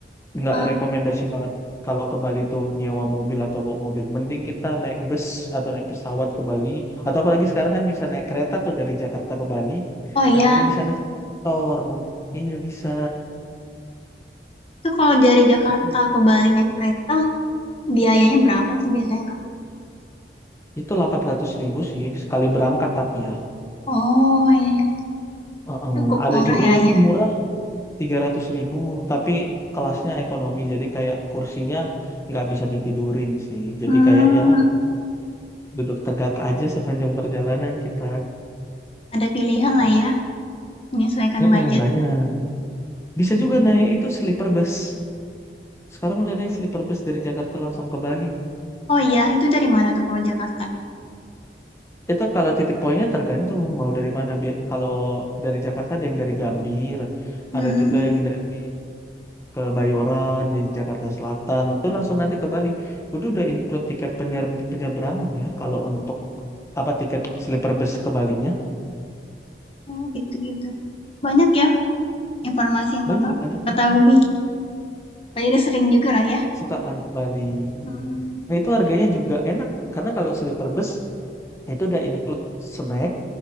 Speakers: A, on the left; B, on the left.
A: nggak
B: Ah,
A: rekomendasi banget kalau ke Bali tuh nyewa mobil atau bawa mobil. Mending kita naik bus atau naik pesawat ke Bali. Atau apalagi sekarang kan bisa naik kereta tuh dari Jakarta ke Bali.
B: oh iya,
A: Nah nanti di sana sektor. Iya bisa.
B: itu kalau dari Jakarta
A: Itu
B: ke Bali naik kereta biayanya berapa sih biasanya Kak?
A: itu delapan ratus ribu sih sekali berangkat tapi ya.
B: Oh iya, iya.
A: Heeh.
B: cukup
A: Ada
B: murah
A: juga
B: ya
A: yang
B: ya.
A: murah tiga ratus ribu tapi kelasnya ekonomi jadi kayak kursinya nggak bisa ditidurin sih. Jadi
B: Hmm,
A: kayak ya duduk tegak aja sepanjang perjalanan kita.
B: ada pilihan lah ya. menyesuaikan
A: Mm-mm,
B: budget.
A: banyak. Bisa juga naik itu sleeper bus. Sekarang udah ada sleeper bus dari Jakarta langsung ke Bali.
B: Oh iya, itu dari mana tuh kalau Jakarta?
A: Itu kalau titik poinnya tergantung mau dari mana. Bi- Kalau dari Jakarta ada yang dari Gambir,
B: Hmm,
A: ada juga yang dari Kebayoran, dari Jakarta Selatan. Itu langsung nanti ke Bali. Itu udah include tiket penyer- penyeberangan ya. Kalau untuk apa tiket sleeper bus ke Balinya.
B: oh gitu-gitu. Banyak ya informasi yang
A: Banyak,
B: kakak
A: banyak
B: ketahui.
A: banget.
B: Tadi udah sering juga lah ya.
A: Suka kan ke Bali.
B: Hmm.
A: Nah, itu harganya juga enak. Karena kalau sleeper bus, itu udah include snack,